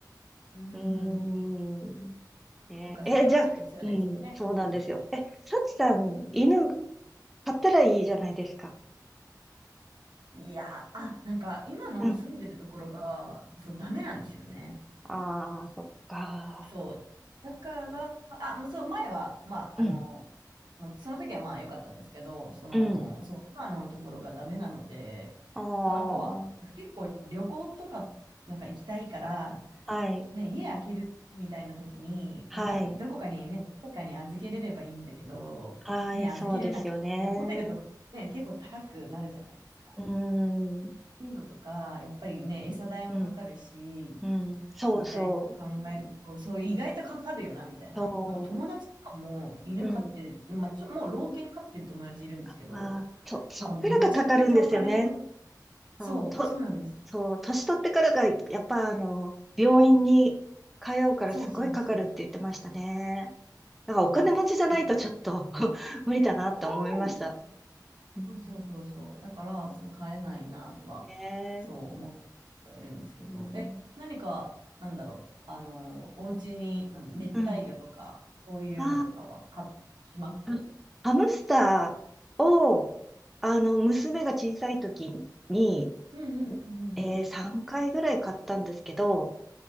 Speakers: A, on the right; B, in the centre.
A: うんうん。
B: うーん、ね、
A: そっか、
B: え、
A: それはちょっと辛いですよね。
B: じゃあ、うん、そうなんですよ。
A: 好きなのに。
B: え、サチさん、
A: うん
B: 犬飼ったらいいじゃないですか。
A: いや、あ、なんか今の住んでるところが、
B: うん。
A: そう、ダメなんですよね。
B: ああー、そっか。
A: そう。だから、あ、もうそう、前は、まあ、
B: うん、
A: あの、まあその時はまあ良かったんですけど、その、
B: うん。
A: そう、今のところがダメなので、
B: あ
A: と、あとは、
B: あ、
A: なんか結構旅行とか、なんか行きたいから、
B: はい、
A: ね、家開けるみたいな時に、
B: はい、
A: なんかどこかにね、どこかに預けれればいいんだけど、
B: はい、
A: ね、預けれなくて、
B: そうですよね。
A: ホテルとかね、結構高くなるじゃないですか。
B: うーん、
A: いうのとか、やっぱりね、餌代もかかるし、
B: うん、うん、そうそう、
A: みたいな考えると、そう、意外とかかるよな、みたいな。
B: そ
A: なんか友達とかも犬飼ってる、
B: う、うん。
A: まあ、ちょ、もう老犬飼ってる友達いるんですけど、
B: ああ、そ、そっからがかかるんですよね。
A: なんかめちゃくちゃお金飛ぶ。そう、
B: そう、と、
A: そうなんですよ。
B: そう、年取ってからが、やっぱ、あの、病院に通うからすっごいかかるって言ってましたね。
A: そうそうそう。
B: だからお金持ちじゃないとちょっと
A: そう。だから、い
B: <laughs> 無理だなと思いました。
A: や、そうなんです
B: うん、
A: そうそうそうそう。だから、そう買えないなとは、
B: ね
A: そう思ってはいるんですけど、
B: え、うん、
A: え、何か、なんだろう、あの、お家に、なん熱帯魚とか、
B: うん。
A: そういうのとかは買ってきます
B: ああ、あハムスターを、あの、娘が小さい時に、
A: うんうんうんうんうん。
B: えー、3回ぐらい買ったんですけど、